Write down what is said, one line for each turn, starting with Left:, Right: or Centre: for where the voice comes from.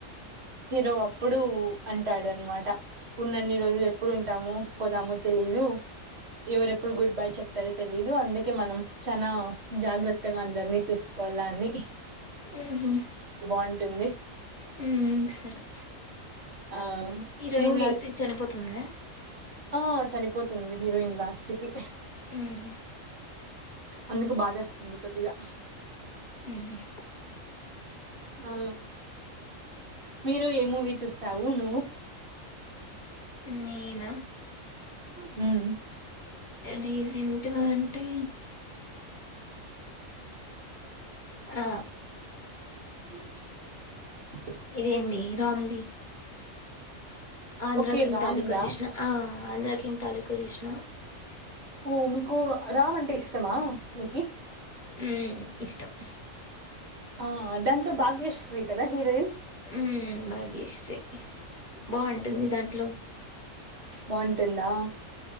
Right: హీరో అప్పుడు అంటాడనమాట ఉన్నన్ని రోజులు ఎప్పుడు ఉ ఉంటామో పోతామో తెలీదు. ఎవరు ఎప్పుడు గుడ్ బై చెప్తరో తెలీదు అందుకే మనం చనా జాగ్రత్తగా అందరినీ చూసు కొళ్లాన్ని
Left: ఉ హూ
Right: అంటుంది
Left: హ్మ్ సరే
Right: ఆ
Left: హీరోయిన్
Right: నువ్వు
Left: లాస్ట్ చనిపోత్ తుందా
Right: ఆ చనిపోతుంది హీరోయిన్ లాస్ట్ కి.
Left: హ్మ్
Right: అందుకు బాదెస్తుంది కొద్దిగా.
Left: హ్మ్
Right: ఆ మీరు ఏ మూవీ చూస్తావు నువ్వు
Left: నేనా
Right: హ్మ్
Left: రీసెంట్ గా అంటే ఆ
Right: హ్మ్
Left: ఇదేంది ఇరాఉంది ఆంధ్రాకిింగ్
Right: ఓకే రామ్
Left: తాలూకా
Right: దా
Left: జూష్ణ ఆ ఆంధ్రాకింగ్ తాలూకా జూష్ణ
Right: ఓ మీకు రామ్ అంటే ఇష్టమా మీకీ
Left: ఉ ఇష్టం
Right: ఆ దాంతో భాగ్యశ్రీ కదా హీరోయిన్.
Left: హ్మ్ భాగ్యశ్రీ బాగుంటుంది దాంట్లో
Right: బావుంటుందా